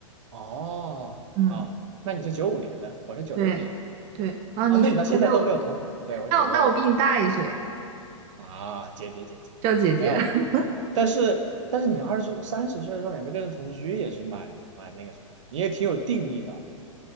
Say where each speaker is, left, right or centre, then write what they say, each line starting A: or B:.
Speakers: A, on the right; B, on the right.
A: 哦，
B: 嗯，
A: 哦，那你是九五年的，我是九六年的。
B: 对对，啊，
A: 啊，
B: 你是九六，
A: 那你到现在都没有同，对，我九六的。
B: 那我那我比你大一岁，
A: 啊，姐姐姐姐，
B: 叫姐姐。
A: 没有。
B: <laughs>
A: 但是但是你二十三十岁的时候也没跟人同居，也是蛮蛮那个什么，你也挺有定力的